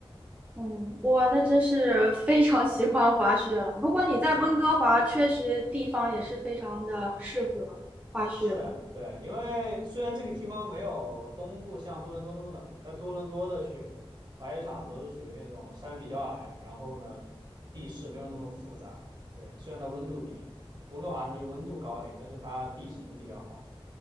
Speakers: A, on the right (about 15°); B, on the right (about 50°).
A: 嗯，哇，
B: 对，
A: 那真是非常喜欢滑雪了。不过你在温哥华确实地方也是非常的适合滑雪。
B: 是，是的，对，因为虽然这个地方没有东部像多伦多那么冷嘛，但多伦多的雪滑雪场都是属于那种山比较矮，然后呢，地势没有那么复杂。对，虽然它温度低，温哥华呢就是温度高一点，但是它地形比较好，